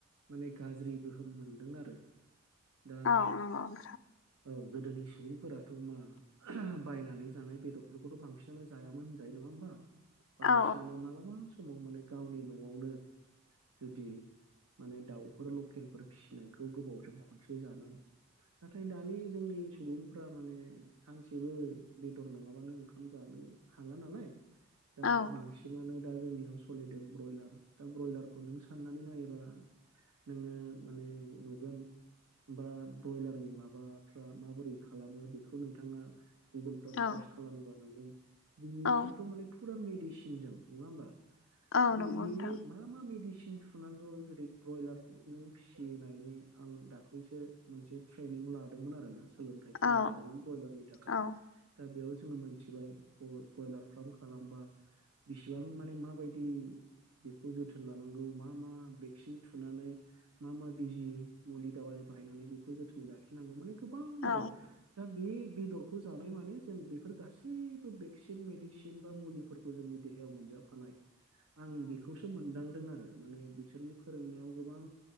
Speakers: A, on the right; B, on the left.
A: माने गाज्रि गोहोम मोनदों आरो। दा
B: औ औ।
A: औ गोदोनि सुबुंफोराथ' मा बायनानै जानाय बेदरफोरखौथ' बांसिनानो जायामोन होनजायो नङा होमबा बांसिनानो
B: औ
A: मालाबा समाव माने गावनि न'आवनो जुदि माने दाउफोर लकेलफोर फिसिनायखौ गोबावजों खनसे जानाय नाथाय दानि जोंनि सुबुंफा माने सानसेबो बेदर नङाबानो ओंखाम जानो हाला नालाय दा
B: औ
A: बांसिनानो दा जोंनियाव सोलिदों ब्रयलार दा ब्रयलारखौ नों साननानै नायोबा नोङो माने नुगोन बा बयलार माबाफ्रा माबोरै खालामो बेखौ नोंथाङा गुगोलफ्राव
B: औ
A: सार्च खालामोबा नुगोन बिसोरथ'
B: औ
A: माने फुरा मेडिसिनजों नङा होमबा?
B: औ
A: बे
B: नंगौ नोंथां
A: मा मा मेडिसिन थुनांगौ जुदि ब्रयलार नों फिसियो नायनि आं दाखोलैसो मोनसे ट्रेनिं लादोंमोन आरोना सोलोंथाइ फन
B: औ
A: लादोंमोन ब्रयलारनि थाखाय
B: औ
A: दा बेयाव जोंङो मोनथिबाय बयलार फार्म खालामबा बिसिबां माने माबायदि बेखौ जोथोन लानांगौ मा मा भेक्सिन थुनानै मा मा बिजि मुलि दावालि बाहायनानै बेखौ जोथोनै लाखिनांगौ माने गोबां
B: औ
A: आरो दा बे बेदरखौ जानाय माने जों बेफोर गासैबो भेक्सिन मेडिसिन बा मुलिफोरखौ जोंनि देहायाव मोनो मोनजाखानाय आं बेखौसो मोनदां फोर आरो माने बिसोरनि फोरोंनायाव गोबां